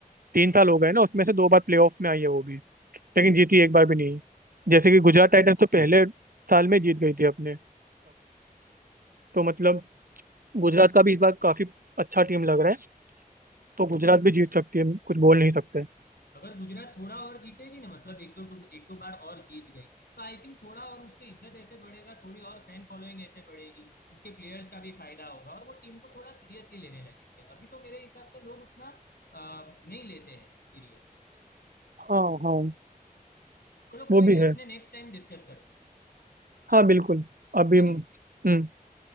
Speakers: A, on the right (about 70°); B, on the left (about 85°).
A: तीन साल हो गए ना उसमें से दो बार प्लेऑफ में आई है वो भी लेकिन जीती एक बार भी नहीं है जैसे कि गुजरात टाइटंस तो पहले साल में जीत गई थी अपने तो मतलब गुजरात का भी इस बार काफी अच्छा टीम लग रहा है तो गुजरात भी जीत सकती है कुछ बोल नहीं सकते
B: अगर गुजरात थोड़ा और जीतेगी ना मतलब एक दो एक दो बार और जीत गई तो आई थिंक थोड़ा और उसके इज्जत ऐसे बढ़ेगा थोड़ी और फैन फॉलोइंग ऐसे बढ़ेगी उसके प्लेयर्स का भी फायदा होगा और वो टीम को थोड़ा सीरियसली लेने लगेंगे अभी तो मेरे हिसाब से लोग उतना अ, नहीं लेते हैं सीरियस
A: हाँ हाँ
B: चलो कोई
A: वो
B: नहीं
A: भी
B: अपने
A: है
B: नेक्स्ट टाइम डिस्कस करते हैं
A: हाँ बिल्कुल अभी
B: ठीक
A: हम्म
B: है